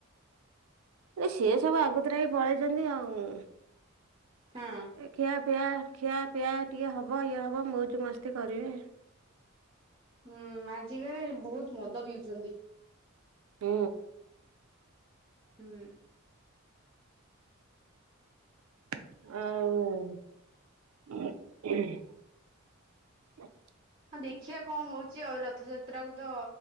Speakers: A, on the right; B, on the right.
A: ସିଏ ସବୁ ଆଗତର ପଳେଇଛନ୍ତି ଆଉ
B: ହଁ
A: ଖିଆ ପିଆ ଖିଆ ପିଆ ଟିକେ ହବ ଇଏ ହବ ମଉଜ ମସ୍ତି କରିବେ।
B: ହୁଁ ଆଜିକାଲି ବହୁତ ମଦ ପିଉଛନ୍ତି।
A: ହୁଁ।
B: ହୁଁ।
A: ଆଉ
B: ହଁ ଦେଖିବା କଣ ହଉଛି ଆଉ ରଥଯାତ୍ରା କୁ ତ